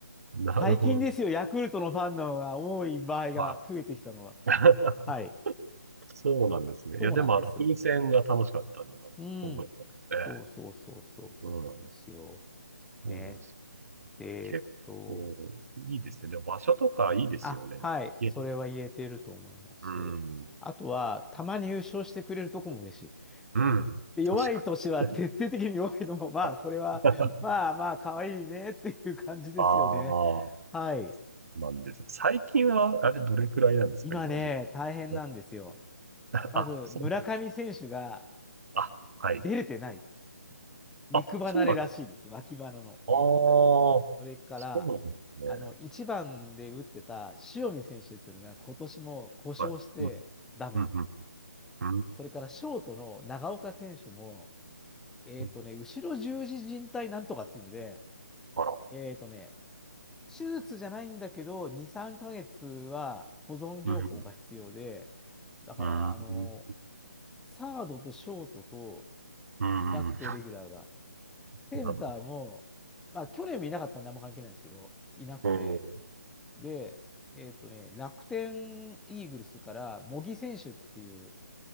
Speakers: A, on the right; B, in the centre.
A: なるほど。
B: 最近ですよ、ヤクルトのファンの方が多い場合が増えてきたのは。
A: まあ
B: はい。
A: そうなんですね。
B: そうなんです。
A: いや、でも、あの、風船が楽しかったのが覚えてますね。
B: うん。そうそうそうそうそうなんですよ。
A: うん。そうなんです。
B: ね。で、
A: 結構、
B: えっと、
A: いいですね。でも、場所とかいいですよね。
B: あ、はい、
A: いえ、
B: それは言えていると思います。
A: うん。
B: あとは、たまに優勝してくれるとこも嬉しい。
A: うん。
B: で、弱い年は徹底的に弱いのも、
A: 確かに。<laughs>
B: まあ、
A: はい
B: それは、まあまあ、
A: <laughs>
B: 可愛いねっていう感じですよね。
A: ああ、
B: はい。
A: なんです。最近は、あれ、どれくらいなんですか、
B: 今ね、
A: 今、自
B: 大変なんですよ。
A: 分。
B: まず、
A: あ、そう。
B: 村上選手が
A: あ、はい。
B: 出れてない。肉離れらしいです。
A: あ、そうなんだ。あ
B: 脇腹の。
A: あ、
B: うん
A: そ
B: それから、
A: うなんですね。
B: あの、1番で打ってた塩見選手っていうのが今年も故障してダメ。
A: はい。うん、うん、うん、
B: それからショートの長岡選手も、えっとね、
A: うん。
B: 後ろ十字靭帯なんとかっていうので、
A: あら。
B: えっとね、手術じゃないんだけど、2、3ヶ月は保存療法が必要で、
A: うん、
B: だから、
A: うん。
B: あの、サードとショートと
A: うん。
B: いなくて、
A: <laughs>
B: レギュラーが。センターも、
A: なるほど。
B: まあ、去年もいなかったんであんま関係ないんですけど、いなくて、
A: うん。
B: で、えっとね、楽天イーグルスから茂木選手っていう